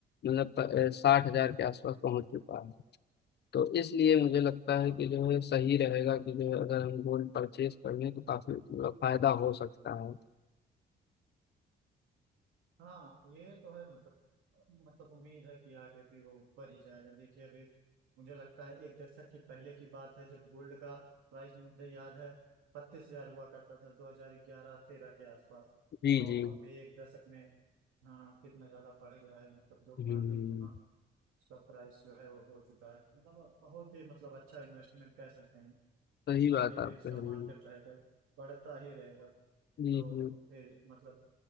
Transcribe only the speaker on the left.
मतलब प- अ, साठ हजार के आसपास पहुंच चुका है तो इसलिए मुझे लगता
है कि
जो है सही रहेगा कि जो है अगर हम गोल्ड परचेज कर लें तो काफी मतलब फायदा हो सकता है
जी
जी
हम्म
सही बात
आप
कह
रहे हैं
जी
जी